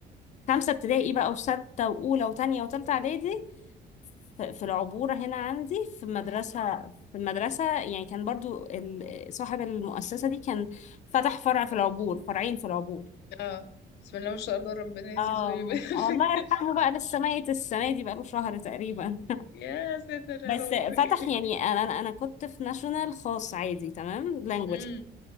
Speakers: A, on the left (about 40°); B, on the left (about 70°).
A: خمسة ابتدائي بقى وستة وأولى وتانية وتالتة إعدادي ف- في العبورة هنا عندي في مدرسة في المدرسة يعني كان برضو ال- صاحب المؤسسة دي كان فتح فرع في العبور فرعين في العبور
B: اه بسم الله ما شاء الله ربنا يزيده
A: اه
B: ويبارك
A: الله يرحمه بقى لسه ميت السنة دي بقاله شهر تقريبا <laughs>
B: يا ساتر
A: بس
B: يا ربي
A: فتح
B: <laughs>
A: يعني انا انا أنا كنت في ناشونال خاص عادي تمام لانجوج
B: امم